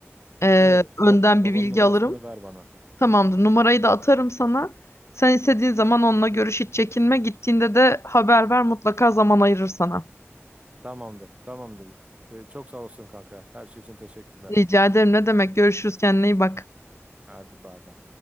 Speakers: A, on the left (about 70°); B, on the right (about 25°).
A: Ee,
B: Evet, bab-
A: önden
B: babanın
A: bir bilgi
B: numarasını
A: alırım.
B: da ver bana.
A: Tamamdır. Numarayı da atarım sana. Sen istediğin zaman onunla görüş hiç çekinme. Gittiğinde de haber ver mutlaka zaman ayırır sana.
B: Tamamdır. Tamamdır. Ee, çok sağ olsun kanka. Her şey için teşekkürler.
A: Rica ederim. Ne demek? Görüşürüz. Kendine iyi bak.
B: Hadi bay bay.